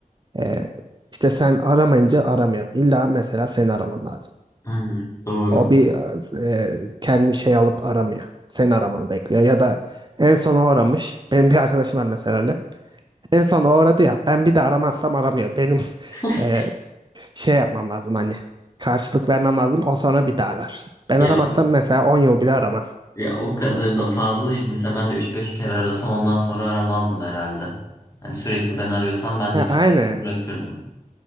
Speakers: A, on the right (about 30°); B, on the left (about 25°).
A: ee, işte sen aramayınca aramıyor. İlla mesela seni araman lazım.
B: Hmm, doğru.
A: O bir e, e, kendi şey alıp aramıyor. Seni aramanı bekliyor. Ya da en son o aramış. Benim bir arkadaşım var mesela öyle. En son o aradı ya. Ben bir de aramazsam aramıyor. Benim <laughs>
B: <laughs>
A: e, şey yapmam lazım hani. Karşılık vermem lazım. O sonra bir daha arar. Ben
B: Ya
A: aramazsam mesela 10 yıl bile aramaz.
B: ya o kadar da fazla. Şimdi mesela ben de üç beş kere arasam ondan sonra aramazdım herhalde. Hani sürekli ben arıyorsam ben
A: Ha,
B: de bir
A: aynı.
B: süre sonra bırakırdım.